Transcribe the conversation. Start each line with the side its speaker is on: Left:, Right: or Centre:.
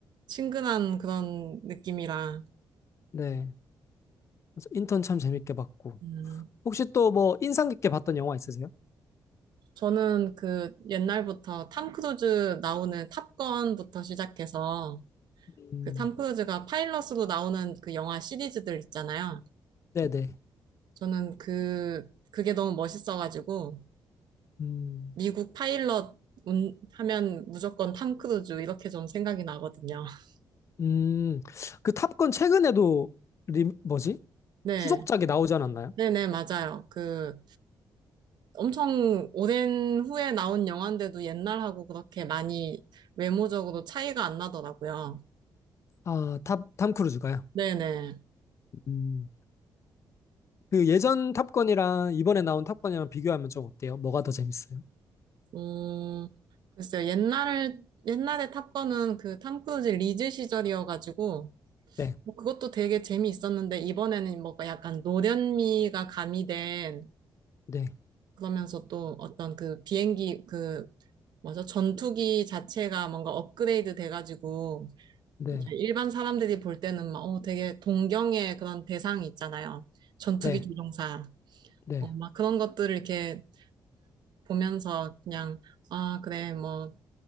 Right: 친근한 그런 느낌이라.
Left: 네. 그래서 인턴 참 재밌게 봤고.
Right: 음,
Left: 혹시 또 뭐 인상 깊게 봤던 영화 있으세요?
Right: 저는 그 옛날부터 탐 크루즈 나오는 탑건부터 시작해서,
Left: 음,
Right: 그 탐 크루즈가 파일럿으로 나오는 그 영화 시리즈들 있잖아요.
Left: 네네.
Right: 저는 그, 그게 너무 멋있어가지고,
Left: 음.
Right: 미국 파일럿 운- 하면 무조건 탐 크루즈 이렇게 좀 생각이 나거든요. <laughs>
Left: 음, 그 탑건 최근에도 리, 뭐지?
Right: 네.
Left: 후속작이 나오지 않았나요?
Right: 네네, 맞아요. 그, 엄청 오랜 후에 나온 영화인데도 옛날하고 그렇게 많이 외모적으로 차이가 안 나더라고요.
Left: 아, 탑, 탐 크루즈가요.
Right: 네네.
Left: 음, 그 예전 탑건이랑 이번에 나온 탑건이랑 비교하면 좀 어때요? 뭐가 더 재밌어요?
Right: 음, 글쎄요. 옛날, 옛날에 탑건은 그 탐 크루즈 리즈 시절이어가지고,
Left: 네,
Right: 뭐 그것도 되게 재미있었는데, 이번에는 뭔가 약간 노련미가 가미된
Left: 네,
Right: 그러면서 또 어떤 그 비행기 그 뭐죠? 전투기 자체가 뭔가 업그레이드 돼가지고
Left: 네,
Right: 이제 일반 사람들이 볼 때는 막 어, 되게 동경의 그런 대상이 있잖아요. 전투기
Left: 네,
Right: 조종사.
Left: 네.
Right: 어, 막 그런 것들을 이렇게 보면서 그냥 아, 그래. 뭐